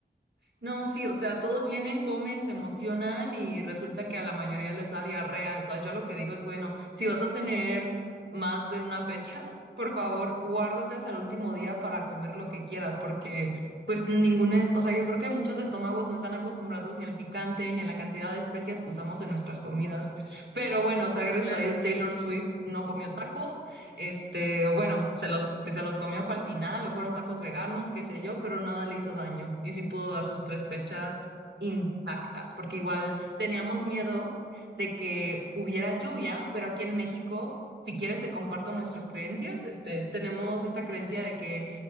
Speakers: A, on the right; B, on the left.
A: No, sí, o sea, todos vienen, comen, se emocionan y resulta que a la mayoría les da diarrea. O sea, yo lo que digo es, bueno, si vas a tener más de una fecha, <laughs> por favor, guárdate hasta el último día para comer lo que quieras, porque pues ninguna, o sea, yo creo que muchos estómagos no están acostumbrados ni al picante, ni a la cantidad de especias que usamos en nuestras comidas. Pero bueno, o sea, gracias
B: No, claro.
A: a Dios Taylor Swift no comió tacos este, o bueno, se los, se los comió fue al final, o fueron tacos veganos, qué sé yo, pero nada le hizo daño. Y sí pudo dar sus tres fechas
B: Sí.
A: intactas, porque igual teníamos miedo de que hubiera lluvia, pero aquí en México, si quieres te comparto nuestras creencias, este, tenemos esta creencia de que